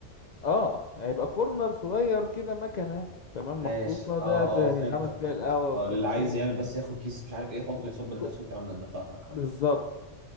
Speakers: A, on the left; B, on the right.
A: اه هيبقى كورنر صغير كده مكنة تمام
B: ماشي
A: محطوطة
B: اه
A: ده ت- هيتعمل
B: اه فهمتك
A: فيها
B: فهمتك
A: القهوة
B: اه
A: والكابتشينو
B: اللي عايز يعمل بس ياخد كيس مش عارف ايه يحطه
A: والك-
B: يصب لنفسه
A: والك-
B: والكلام من ده فاهمك
A: بالظبط
B: اه